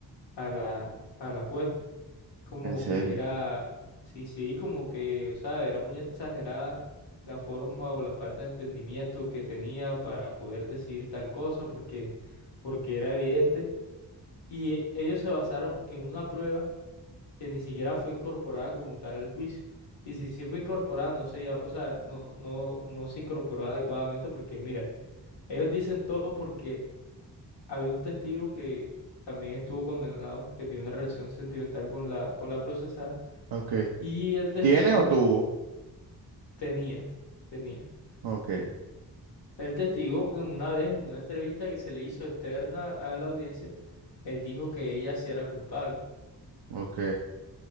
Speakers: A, on the left; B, on the right.
A: a la, a la juez. como
B: En serio.
A: que era, sí, sí, como que, o sea, era muy exagerada la forma o la falta de entendimiento que tenía para poder decir tal cosa, porque, porque era evidente. Y e- ellos se basaron en una prueba que ni siquiera fue incorporada como tal al juicio. Y si sí fue incorporada, no se, ya- o sea, no, no, no se incorporó adecuadamente porque, mira, ellos dicen todo porque había un testigo que también estuvo condenado, que tiene una relación sentimental con la, con la procesada.
B: Ok.
A: Y el testigo
B: ¿Tiene o tuvo?
A: tenía, tenía.
B: Ok,
A: El testigo, en una vez, en una entrevista que se le hizo externa a la audiencia, él dijo que ella sí era culpable.
B: ok.